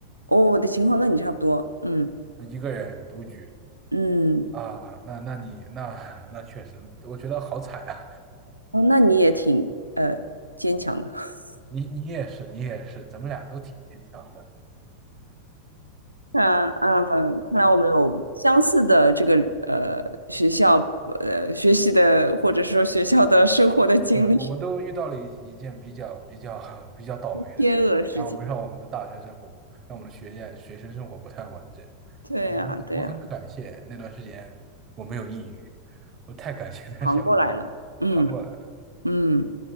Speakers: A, on the right; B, on the right.
A: 哦，我的情况跟你差不多，嗯
B: 一个人独居
A: 嗯，
B: 啊，那那你那那确实，我觉得好惨啊！
A: 哦，那你也挺呃坚强的。<laughs>
B: 你你也是，你也是，咱们俩都挺坚强的。
A: 那嗯，看来我们有相似的这个呃学校呃学习的，或者说学校的生活的经历，
B: 对，我们都遇到了一一件比较比较 <laughs> 比较倒霉的事情，
A: <laughs> 天鹅事件。
B: 然后让我们的大学生活，让我们的学业学生生活不太完整
A: 对呀，
B: 啊。我很我很感谢那段时间我没有抑郁，
A: 对呀，
B: 我太感谢那段时间我没有抑郁，
A: 扛过来了。嗯
B: 扛过来。了。
A: 嗯，